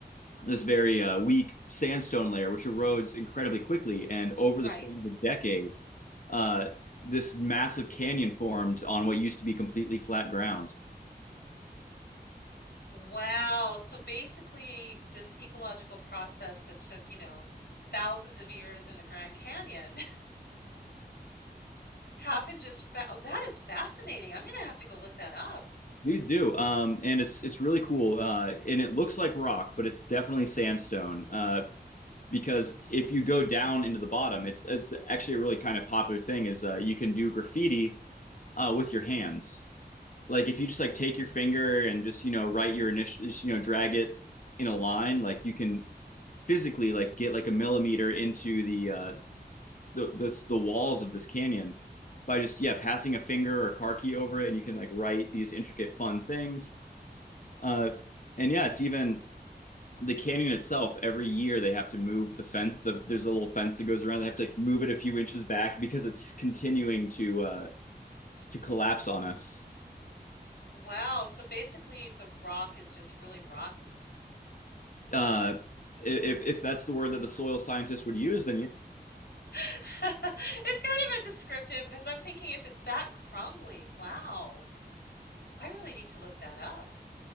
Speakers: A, on the left; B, on the left.
A: this very uh, weak sandstone layer, which erodes incredibly quickly. And over
B: right.
A: the span of a decade uh, this massive canyon formed on what used to be completely flat ground.
B: Wow. So basically, this ecological process that took, you know, thousands of years in the Grand Canyon Happened just fa oh, that is fascinating. I'm gonna have to go look that up.
A: Please do, um, and it's it's really cool, uh, and it looks like rock, but it's definitely sandstone. Uh, because if you go down into the bottom, it's it's actually a really kind of popular thing is uh, you can do graffiti uh, with your hands. Like if you just like take your finger and just you know write your initial, you know drag it in a line, like you can physically like get like a millimeter into the uh, the this the walls of this canyon by just yeah passing a finger or karki over it, and you can like write these intricate fun things. Uh, and yeah, it's even the canyon itself. Every year they have to move the fence. The, there's a little fence that goes around. They have to like, move it a few inches back because it's continuing to uh, to collapse on us.
B: Wow, so basically the rock is just really rotten.
A: Uh, if if that's the word that the soil scientists would use, then yeah.
B: <laughs> It's kind of a descriptive because I'm thinking if it's that crumbly, wow. I really need to look that up.